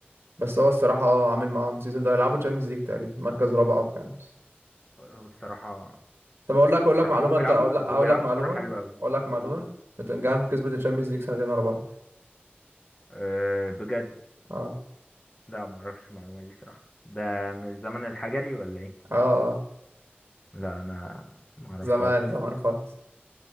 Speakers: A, on the right; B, on the left.
A: بس هو الصراحة اه عامل معاهم سيزون ده هيلعبوا تشامبيونز ليج تقريبا مركز رابع أو خامس
B: هو بصراحة
A: طب أقول لك أقول لك
B: بصراحة
A: معلومة
B: وبيلعبوا
A: أنت أقول لك أقول
B: وبيلعبوا
A: لك معلومة
B: كرة حلوة أوي
A: أقول لك معلومة
B: و...
A: نوتنجهام كسبت التشامبيونز ليج سنتين ورا بعض
B: آه، بجد
A: اه
B: لا معرفش المعلومة دي صراحة ده من الزمن الحجري ولا ايه؟
A: اه آه.
B: لا أنا معرفهاش
A: زمان زمان خالص